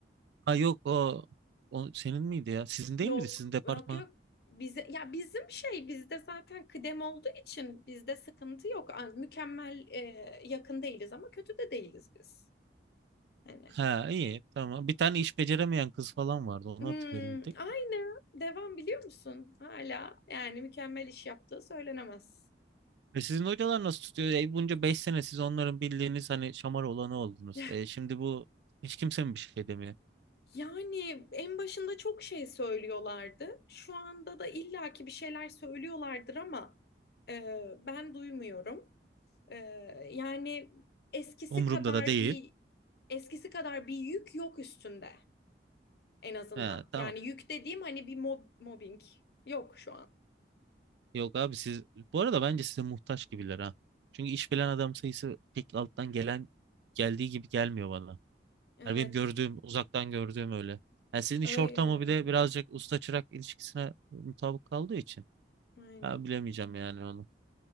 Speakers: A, on the right; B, on the left.
A: Ha yok o, o senin miydi ya? Sizin değil
B: Yok,
A: miydi? Sizin departman.
B: yok, yok. Bize, ya bizim şey bizde zaten kıdem olduğu için bizde sıkıntı yok. Ay, Mükemmel e, yakın değiliz ama kötü de değiliz biz. Hani.
A: Ha iyi tamam. Bir tane iş beceremeyen kız falan vardı. Onu
B: Hmm,
A: hatırlıyorum bir tek.
B: aynı. Devam biliyor musun? Hala yani mükemmel iş yaptığı söylenemez.
A: E sizin hocalar nasıl tutuyor? E bunca 5 sene siz onların bildiğiniz hani şamar olanı oldunuz.
B: <laughs>
A: E şimdi bu hiç kimse mi bir şey demiyor?
B: Yani en başında çok şey söylüyorlardı. Şu anda da illaki bir şeyler söylüyorlardır ama e, ben duymuyorum. Ee, yani eskisi
A: Umurumda
B: kadar
A: da değil.
B: bir eskisi kadar bir yük yok üstünde en azından.
A: He, tamam.
B: Yani yük dediğim hani bir mob- mobbing yok şu an.
A: Yok abi siz bu arada bence size muhtaç gibiler ha. Çünkü iş bilen adam sayısı pek alttan gelen geldiği gibi gelmiyor bana.
B: Evet,
A: Yani benim gördüğüm uzaktan gördüğüm öyle. Yani sizin iş
B: öyle
A: ortamı
B: öyle.
A: bir de birazcık usta çırak ilişkisine mutabık kaldığı için.
B: Aynen.
A: Ya bilemeyeceğim yani onu.